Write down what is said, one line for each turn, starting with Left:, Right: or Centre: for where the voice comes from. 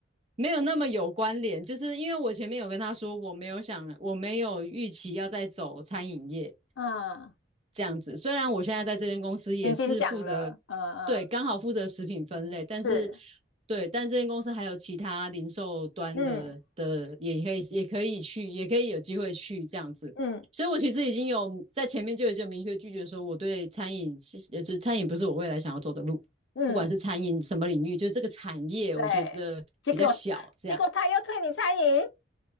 Right: 没有那么有关联，就是因为我前面有跟他说，我没有想，我没有预期要再走餐饮业
Left: 嗯，
Right: 这样子。虽然我现在在这间公司也是负责，
Left: 你已经讲了。嗯嗯，
Right: 对，刚好负责食品分类，但是
Left: 是，
Right: 对，但这间公司还有其他零售端的的，
Left: 嗯
Right: 也可以也可以去，也可以有机会去这样子。
Left: 嗯
Right: 所以我其实已经有在前面就已经有明确拒绝说，我对餐饮就是餐饮不是我未来想要走的路，
Left: 嗯，
Right: 不管是餐饮什么领域，就是这个产业，
Left: 对。
Right: 我觉得比较小这样。
Left: 结果结果他又退你餐饮。